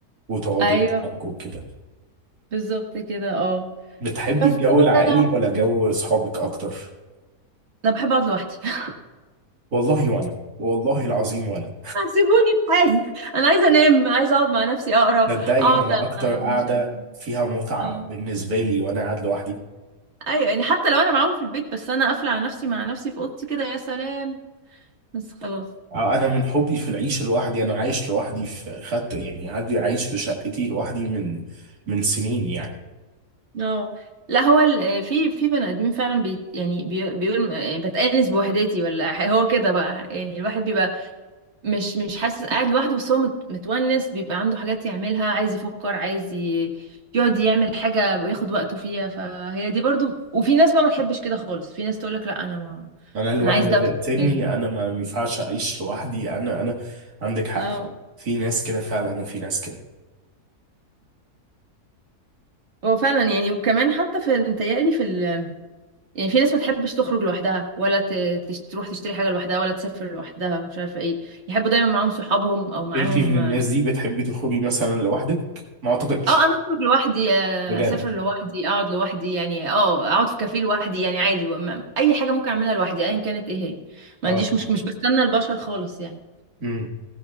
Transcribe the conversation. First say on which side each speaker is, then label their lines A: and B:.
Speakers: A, on the right; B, on the right.
A: وتقعدوا
B: ايوه
A: وتحكوا كده
B: بالظبط كده اه
A: بتحبي
B: بس
A: الجو
B: طبعا
A: العائلي
B: انا
A: ولا جو أصحابك أكتر؟
B: انا بحب اقعد لوحدي <laughs>
A: والله وأنا والله العظيم وأنا
B: سيبوني في حالي انا عايزه انام عايزه اقعد مع نفسي اقرا
A: تصدقي
B: اقعد
A: أنا أكتر قاعدة
B: من شهر
A: فيها متعة
B: اه
A: بالنسبة لي وأنا قاعد لوحدي
B: ايوه يعني حتى لو انا معاهم في البيت بس انا قافله على نفسي مع نفسي في اوضتي كده يا سلام بس خلاص
A: آه، أنا من حبي في العيش لوحدي أنا عايش لوحدي في خدت يعني عندي عايش في شقتي لوحدي من من سنين يعني
B: اه لا هو ال- آه، في في بني ادمين فعلا بي يعني بي بيقول م- يعني بتأنس بوحدتي ولا ح- هو كده بقى يعني الواحد بيبقى مش مش حاسس قاعد لوحده بس هو مت متونس بيبقى عنده حاجات يعملها عايز يفكر عايز ي- يقعد يعمل حاجة وياخد وقته فيها فهي دي برضو وفي ناس بقى ما تحبش كده خالص في ناس تقولك لا انا ما
A: انا الوحده
B: انا عايز دوشة
A: تقتلني
B: شوية.
A: انا ما ما ينفعش اعيش لوحدي انا انا عندك حق
B: اه
A: في ناس كده فعلا وفي ناس كده
B: هو فعلا يعني وكمان حتى في متهيألي في ال يعني في ناس ما تحبش تخرج لوحدها ولا ت- تش- تروح تشتري حاجة لوحدها ولا تسافر لوحدها ومش عارفة ايه يحبوا دايما معاهم صحابهم او معاهم
A: انتي من الناس دي بتحبي تخرجي مثلا لوحدك ما اعتقدش
B: اه انا اخرج لوحدي آه،
A: بجد
B: اسافر لوحدي اقعد لوحدي يعني اه اقعد في كافيه لوحدي يعني عادي وما- اي حاجة ممكن اعملها لوحدي ايا كانت ايه هي ما
A: اه
B: عنديش مشكلة مش بستنى البشر خالص يعني
A: امم